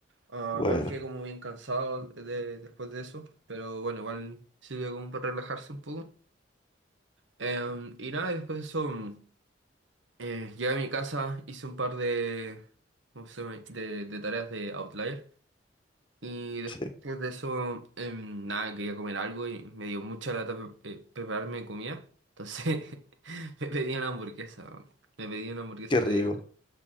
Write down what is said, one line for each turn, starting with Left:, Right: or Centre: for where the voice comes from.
Right: Ah,
Left: Bueno,
Right: igual quedé como bien cansado de, después de eso, pero bueno, igual sirve como para relajarse un poco. Em, y nada, y después de eso mm, eh, llegué a mi casa, hice un par de, ¿cómo se llama? de, de tareas de Outlier. Y después
Left: sí,
Right: de eso, em, nada, quería comer algo y me dio mucha lata pre- eh, prepararme comida. Entonces <laughs> me pedí una hamburguesa. weón. Me pedí una hamburguesa
Left: qué rico.
Right: del,